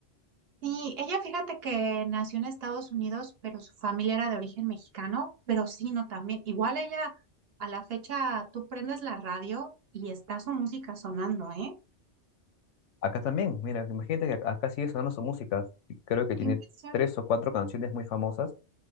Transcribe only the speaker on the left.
Acá también, mira, imagínate que acá acá sigue sonando su música. Creo que tiene
tres o cuatro canciones muy famosas.